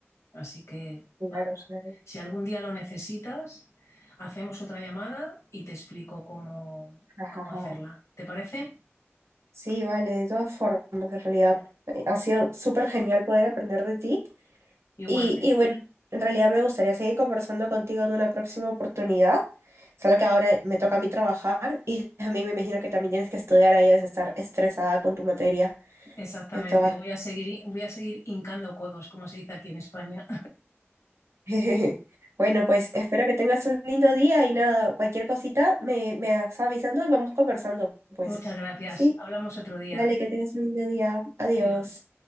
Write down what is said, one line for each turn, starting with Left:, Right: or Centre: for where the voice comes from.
Left: Así que,
Right: claro,
Left: vamos,
Right: claro.
Left: si algún día lo necesitas, hacemos otra llamada y te explico cómo,
Right: Ajá,
Left: cómo hacerla. ¿Te parece?
Right: Sí, vale, de todas formas, en realidad. eh, Ha sido súper genial poder aprender de ti.
Left: Igual.
Right: Y, y bueno, en realidad me gustaría seguir conversando contigo en una próxima oportunidad. Solo que ahora me toca a mí trabajar y también me imagino que también tienes que estudiar ahí, debes estar estresada con tu materia.
Left: Exactamente,
Right: De todas
Left: voy a seguir, voy a seguir hincando codos, como se dice aquí en España.
Right: <laughs> Bueno, pues espero que tengas un lindo día y nada, cualquier cosita me, me vas avisando y vamos conversando,
Left: <laughs>
Right: pues.
Left: Muchas gracias.
Right: Sí,
Left: Hablamos otro día.
Right: dale, que tengas un lindo día. Adiós.
Left: Adiós.